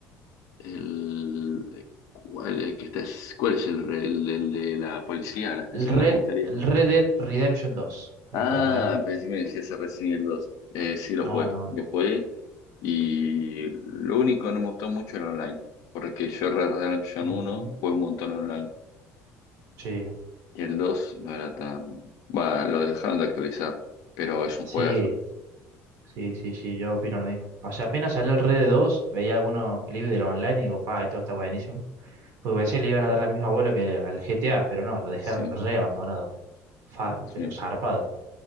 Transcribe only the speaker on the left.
El, ¿cuál, el que está, ¿cuál es el, re- el- el de la policía, la estación
de la comisaría?
Ah,
pensé que me decías el Resident Evil dos Eh, sí, lo
jugué.
Lo jugué y lo único que no me gustó mucho era online. Porque yo Red Dead Redemption
1 jugué un montón online.
Y el 2 no era tan... Va, lo dejaron de actualizar. Pero es un
juegazo.
Sí,
sí.